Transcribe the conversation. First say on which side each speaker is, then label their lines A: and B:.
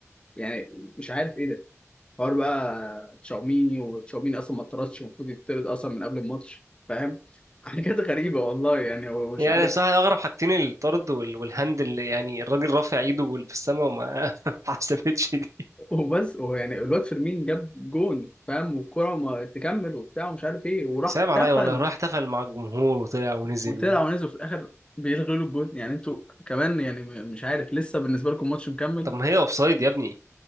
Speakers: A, on the left (about 20°); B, on the right (about 80°).
A: يعني مش عارف ايه ده حوار بقى تشاوميني وتشاوميني اصلا ما اتطردش المفروض يتطرد اصلا من قبل الماتش فاهم <laughs> حاجات غريبة والله يعني هو مش
B: يعني
A: عارف
B: بصراحة أغرب حاجتين الطرد وال- والهند اللي يعني الراجل رافع إيده وال- في السماء وما <laughs> ما حسبتش دي
A: وبس هو يعني الواد فيرمين جاب جون فاهم والكرة ما تكمل وبتاع ومش عارف ايه وراح
B: صعب
A: احتفل
B: عليا والله راح احتفل مع الجمهور وطلع ونزل
A: وطلع
B: و...
A: ونزل في الاخر بيلغوا له الجون يعني انتوا كمان يعني م- مش عارف لسه بالنسبة لكم ماتش مكمل
B: طب ما هي أوفسايد يا ابني